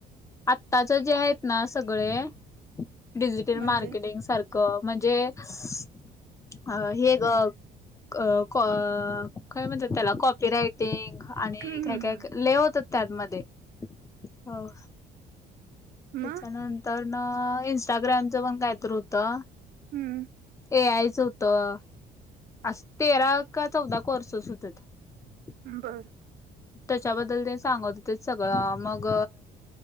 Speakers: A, on the left; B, on the right.
A: आत्ताच जे आहेत ना, सगळे डिजिटल
B: म्हणजे
A: मार्केटिंग सार क् म्हणजे अस हे गं काय म्हणत्या त्याला, कॉपी रायटिंग आणि
B: हम्म
A: काय-काय
B: हम्म हम्म.
A: लई होत त्यात मध्ये, हं
B: मग
A: त्याच्या नं तरना, इंस्टाग्रामचं पण कायतरी होतं.
B: हम्म
A: ए आय च होतं, अस तेरा का चौदा कोर्सस होत त.
B: बरं.
A: त्याच्याबद्दल, ते सांगत होते सगळं, मंग